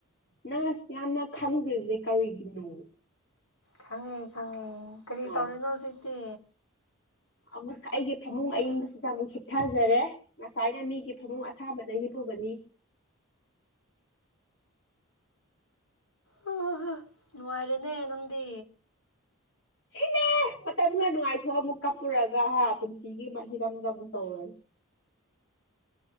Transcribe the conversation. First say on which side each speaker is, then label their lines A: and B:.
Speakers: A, on the left (about 60°); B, on the left (about 85°).
A: ꯅꯪꯅ ꯑꯁꯨꯛ ꯌꯥꯝꯅ ꯈꯪꯗ꯭ꯔꯤꯁꯤꯅ ꯀꯔꯤꯒꯤꯅꯣ
B: ꯈꯪꯉꯦ ꯈꯪꯉꯦ ꯀꯔꯤ
A: ꯑ
B: ꯇꯧꯔꯤꯅꯣ ꯍꯧꯖꯤꯛꯇꯤ
A: ꯑꯃꯨꯛ ꯑꯩꯒꯤ ꯐꯃꯨꯡ ꯑꯏꯪꯕꯁꯤꯗ ꯑꯃꯨꯛ ꯍꯝꯞꯊꯖꯔꯦ ꯉꯁꯥꯏꯅ ꯃꯤꯒꯤ ꯐꯃꯨꯡ ꯑꯁꯥꯕꯗ ꯍꯤꯞꯄꯨꯕꯅꯤ
B: ꯑꯣ ꯅꯨꯡꯉꯥꯏꯔꯦꯅꯦ ꯅꯪꯗꯤ
A: ꯁꯤꯅꯦ ꯃꯇꯝ ꯈꯔ ꯅꯨꯡꯉꯥꯏꯊꯣꯛꯑ ꯑꯃꯨꯛ ꯀꯥꯞꯄꯨꯔꯒ ꯍꯥ ꯄꯨꯟꯁꯤꯒꯤ ꯍꯤꯔꯝꯗ ꯑꯃꯨꯛ ꯇꯧꯔꯅꯤ